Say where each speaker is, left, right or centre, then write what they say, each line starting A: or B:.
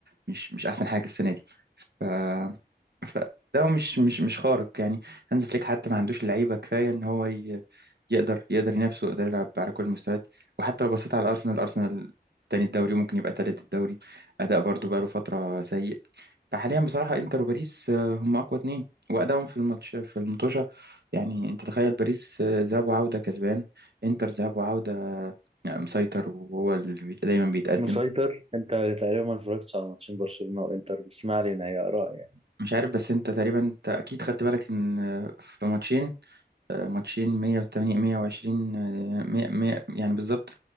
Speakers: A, on the right; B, on the right.
A: مش مش أحسن حاجة السنة دي ف... فده مش مش مش خارق يعني هانز فليك حتى ما عندوش لعيبة كفاية إن هو ي... يقدر يقدر ينافسه يقدر يلعب على كل المستويات وحتى لو بصيت على الأرسنال الأرسنال تاني الدوري وممكن يبقى تالت الدوري أداء برضو بقاله فترة سيء فحاليا بصراحة انتر وباريس آه، هم اقوى اتنين وادائهم في الماتش في المطوشة يعني انت تخيل باريس آه، ذهاب وعودة كسبان انتر ذهاب وعودة آه، مسيطر وهو اللي بيت- دايما بيتقدم
B: ومسيطر <laughs> انت تقريبا ما اتفرجتش على ماتشين برشلونه وانتر بس ما علينا هي اراء يعني
A: مش عارف بس انت تقريبا انت اكيد خدت بالك ان آه، في ماتشين آه، ماتشين 180 120 آه، 100 100 يعني بالظبط